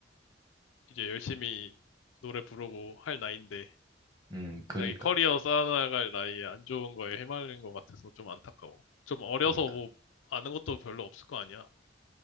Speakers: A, on the left (about 80°); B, on the right (about 20°).
A: 이제 열심히 노래 부르고 할 나이인데
B: 음 그니까
A: 자기 커리어 쌓아나갈 나이에 안 좋은 거에 휘말린 것 같아서 좀 안타까워. 좀 어려서
B: 그니까
A: 뭐 아는 것도 별로 없을 거 아니야.